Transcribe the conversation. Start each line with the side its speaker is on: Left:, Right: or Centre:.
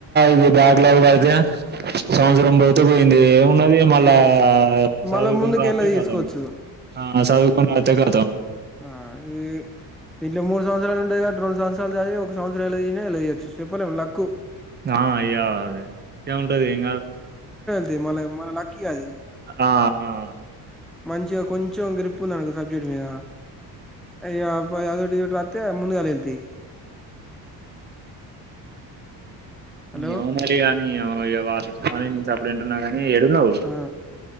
Right: ఇది బ్యాక్ లాగ్ పడితే సంవత్సరం పోతే పోయింది ఏమున్నది మళ్ళా ఆ చదువు
Centre: మళ్ళా
Right: కొన్ని
Centre: ముందుకెళ్ళ
Right: రాస్తే కాతాం
Centre: తీసుకోవచ్చు
Right: ఆ చదువు కొన్ని రాస్తే కతాం
Centre: ఆ ఈ దీంలో మూడు సంవత్సరాలు ఉంటదిగా రెండు సంవత్సరాలు చదివి ఒక సంవత్సరం ఎలా నైనా అలా చేయచ్చు చెప్పలేం లాక్కు
Right: ఆ అయ్యా ఇంకేం ఉంటది ఎంకాదు
Centre: ది మన మన లక్కిీ అది
Right: ఆ ఆ ఆ ఆ
Centre: మంచిగా కొంచెం గ్రిప్ ఉందనుకొ సబ్జెక్ట్ మీద అయ్య అదోకటి ఇదోకటి రాస్తే ముందుగాలియి వెళ్తాయి హలో
Right: ఏమో మరి కానీ నీ అవ్వ వాళ్ళు ను అప్పుడు వింటున్నా కానీ మే ఏడునవు
Centre: ఆ